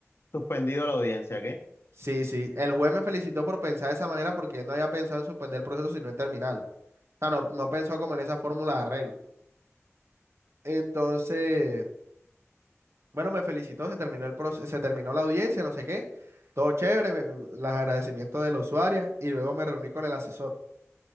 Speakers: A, on the left; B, on the right.
A: suspendido la audiencia, ¿qué?
B: Sí, sí, el juez me felicitó por pensar de esa manera porque él no había pensado en suspender el proceso, sino en terminarlo. O sea, no, no pensó como en esa fórmula de arreglo. Entonces, bueno, me felicitó, se terminó el proce- se terminó la audiencia, no sé qué, todo chévere, me- los agradecimientos de la usuaria y luego me reuní con el asesor